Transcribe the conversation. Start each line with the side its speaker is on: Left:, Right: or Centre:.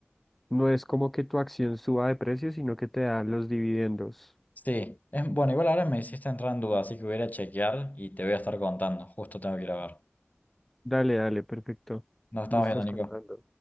Centre: no es como que tu acción suba de precio, sino que te da los dividendos.
Left: Sí, es, bueno, igual ahora me hiciste entrar en duda, así que voy a ir a chequear y te voy a estar contando. Justo tengo que ir a ver.
Centre: Dale, dale, perfecto.
Left: Nos estamos
Centre: Me estás
Left: viendo, Nico.
Centre: contando.